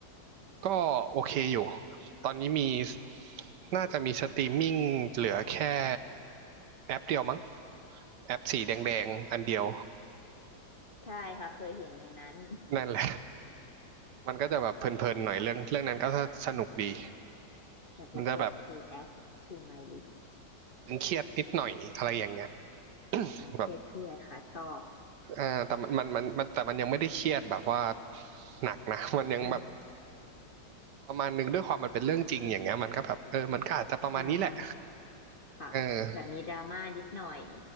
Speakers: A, on the right (about 75°); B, on the left (about 40°).
A: ก็โอเคอยู่ตอนนี้มีน่าจะมีสตรีมมิ่งเหลือแค่แอปเดียวมั้งแอปสีแดงๆอันเดียว
B: อืมใช่ค่ะเคยเห็นในนั้น
A: นั่นแหละมันก็จะแบบเพลินๆหน่อยเรื่องเรื่องนั้นก็สนุกดี
B: <laughs> เดี๋ยวไปกด
A: มันจะแบบ
B: to add to my list
A: ตึงเครียดนิดหน่อยอะไรอย่างเงี้ย
B: อ่าเครียดเครียดค่ะชอบ
A: แบบอ่าแต่มันมันมันแต่มันยังไม่ได้เครียดแบบว่าหนักนะ <laughs> มันยังแบบ
B: คัน
A: ประมาณหนึ่งด้วยความมันเป็นเรื่องจริงอย่างเงี้ยมันก็แบบเออมันก็อาจจะประมาณนี้แหละ
B: อ่ามันค่ะแบบมีดราม่านิดหน่อย
A: เออ